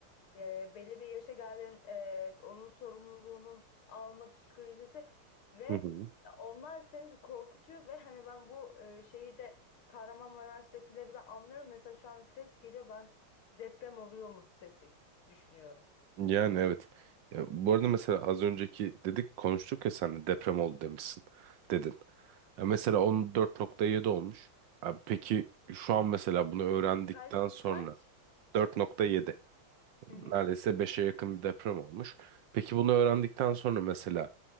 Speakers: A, on the left (about 85°); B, on the right (about 70°).
A: e, belli bir yaşa geldiğin e, onun sorumluluğunun alma psikolojisi ve
B: Hı hı.
A: onlar seni korkutuyor ve hani ben bu e, şeyi de Kahramanmaraş'takileri de anlıyorum. Mesela şu an ses geliyor ben deprem oluyor mu sesi düşünüyorum.
B: Yani evet. Ya, bu arada mesela az önceki dedik konuştuk ya sen deprem oldu demişsin dedin. Ya mesela 14.7 olmuş. Abi peki şu an mesela bunu öğrendikten
A: Kaç
B: sonra
A: kaç?
B: 4.7
A: Hı
B: neredeyse
A: hı.
B: beşe yakın bir deprem olmuş. Peki bunu öğrendikten sonra mesela